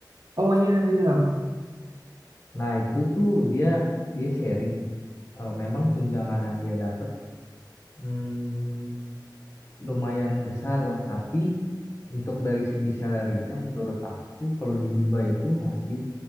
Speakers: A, on the right; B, on the left.
A: Oh iya iya,
B: Nah, itu tuh dia dia sharing. Eh, memang tunjangan yang dia dapat hmm, lumayan besar lah, tapi untuk dari segi salary-nya menurut aku kalau di Dubai itu masih